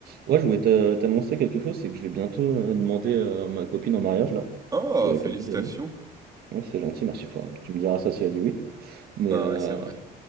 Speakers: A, on the right (about 65°); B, on the right (about 20°).
A: Ouais, je voulais te- t'annoncer quelque chose, c'est que je vais bientôt euh, demander euh, ma copine en mariage là.
B: Oh,
A: Je te l'avais
B: félicitations.
A: pas dit d'ailleurs. Non, c'est gentil, merci. Faut- tu me diras ça si elle dit oui. Mais
B: Ah
A: euh,
B: ouais, c'est vrai.
A: ouais,